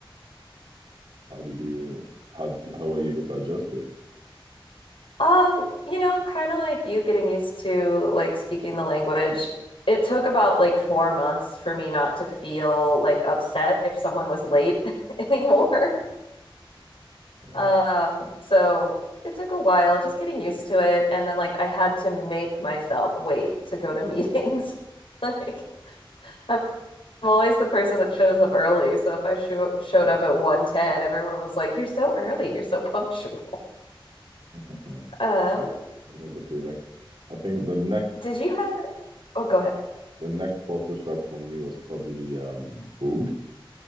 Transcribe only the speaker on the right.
How did you how did you, how were you able to adjust to it?
Yeah.
<laughs> I
I know the feeling. I think the next
the next culture shock for me was probably um food.